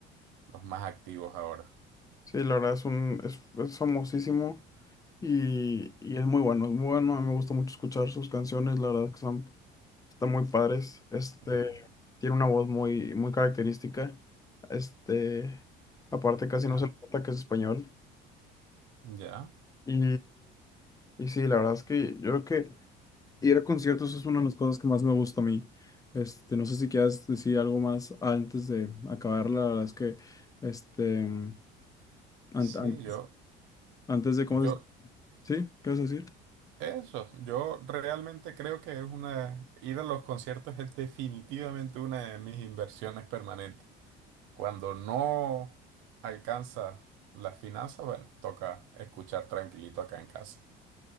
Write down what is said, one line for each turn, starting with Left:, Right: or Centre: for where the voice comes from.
Right: los más activos ahora.
Left: Sí, la verdad es un, es, es famosísimo y, y es muy bueno, es muy bueno, a mí me gusta mucho escuchar sus canciones, la verdad que son, están muy padres. Este,
Right: Mm,
Left: tiene una voz muy, muy característica. Este, aparte casi no
Right: Ya,
Left: se le nota que es español.
Right: ya.
Left: Y, y sí, la verdad es que yo creo que Ir a conciertos es una de las cosas que más me gusta a mí. Este, no sé si quieras decir algo más antes de acabar. La verdad es que, este, an- an-
Right: Sí, yo,
Left: antes de, ¿cómo
Right: yo,
Left: se dice? ¿Sí? ¿Qué vas a decir?
Right: eso, yo realmente creo que es una, ir a los conciertos es definitivamente una de mis inversiones permanentes. Cuando no alcanza las finanzas, bueno, toca escuchar tranquilito acá en casa.